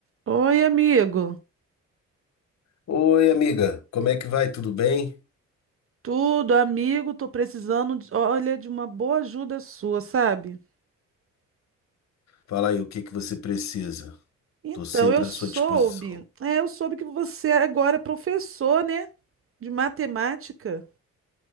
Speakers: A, on the right; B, on the left.
A: Oi, amigo.
B: Oi, amiga, como é que vai? Tudo bem?
A: Tudo, amigo, tô precisando, de- olha, de uma boa ajuda sua, sabe?
B: Fala aí, o que que você precisa?
A: Então,
B: Tô sempre
A: eu soube,
B: à sua disposição.
A: é, eu soube que você agora é professor, né, de matemática.